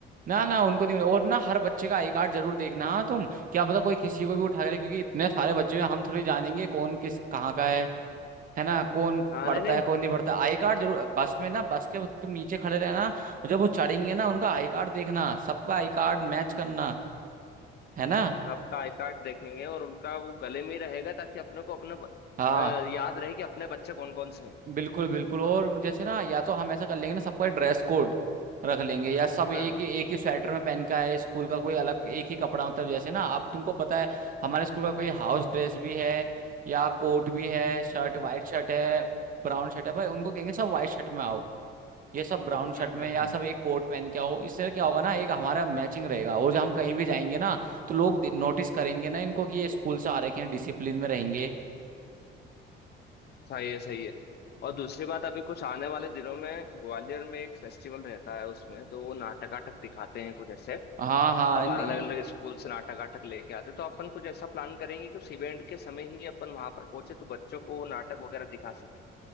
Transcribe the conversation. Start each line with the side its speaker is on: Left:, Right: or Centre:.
Right: ना ना उनको नहीं और ना हर बच्चे का आई कार्ड जरूर देखना हाँ तुम क्या पता कोई किसी को भी उठा के ले, क्योंकि इतने सारे बच्चे हैं, हम थोड़ी जानेंगे कौन किस कहाँ का है है ना कौन
Left: हाँ
Right: पढ़ता
Left: नहीं नहीं
Right: है कौन नहीं पढ़ता आई कार्ड जरूर बस में ना बस के तुम नीचे खड़े रहना जब वो चढ़ेंगे ना उनका आई कार्ड देखना सबका आई कार्ड मैच करना है ना
Left: आपका आई कार्ड देखेंगे और उनका वो गले में ही रहेगा ताकि अपने को अपने ब-
Right: हाँ
Left: अ, याद रहे कि अपने बच्चे कौन कौन से हैं
Right: बिल्कुल बिल्कुल और जैसे ना या तो हम ऐसा कर लेंगे ना सबका ड्रेस कोड रख लेंगे या सब
Left: हाँ
Right: एक
Left: हाँ
Right: ही एक ही स्वेटर में पहन का है स्कूल का कोई अलग एक ही कपड़ा मतलब जैसे ना आप तुमको पता है हमारे स्कूल का कोई हाउस ड्रेस भी है या कोट भी है शर्ट वाइट शर्ट है ब्राउन शर्ट है भाई उनको कहेंगे सब वाइट शर्ट में आओ ये सब ब्राउन शर्ट
Left: हम्म
Right: में
Left: हम्म
Right: या
Left: हम्म
Right: सब एक कोट पहन के आओ इससे क्या होगा ना एक हमारा मैचिंग रहेगा और जब हम कहीं भी जाएंगे ना तो लोग नोटिस करेंगे ना इनको कि ये स्कूल से आ रखे हैं डिसिप्लिन में रहेंगे
Left: सही है सही है और दूसरी बात अभी कुछ आने वाले दिनों में ग्वालियर में एक फेस्टिवल रहता है उसमें तो वो नाटक वाटक दिखाते हैं कुछ ऐसे
Right: हाँ हाँ
Left: सब
Right: इन-
Left: अलग अलग स्कूल से नाटक वाटक लेके आते हैं तो अपन कुछ ऐसा प्लान करेंगे कि उस इवेंट के समय ही अपन वहां पर पहुंचे तो बच्चों को वो नाटक वगैरह दिखा सके